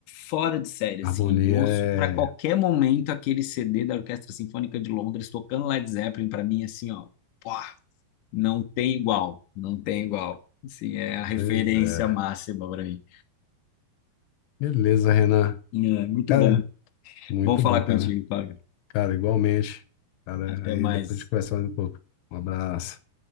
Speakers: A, on the left (about 65°); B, on the left (about 80°).
A: fora de série, assim.
B: harmonia
A: Eu ouço
B: é.
A: para qualquer momento aquele CD da Orquestra Sinfônica de Londres tocando Led Zeppelin para mim, assim, ó, pô, não tem igual, não tem igual. Assim, é a referência
B: Pois é.
A: máxima para mim.
B: Beleza, Renan.
A: É, muito
B: Cara,
A: bom.
B: muito
A: Bom falar
B: bom, cara.
A: contigo, Fábio.
B: Cara, igualmente. Cara,
A: Até
B: aí
A: mais.
B: depois a gente conversa mais um pouco. Um abraço.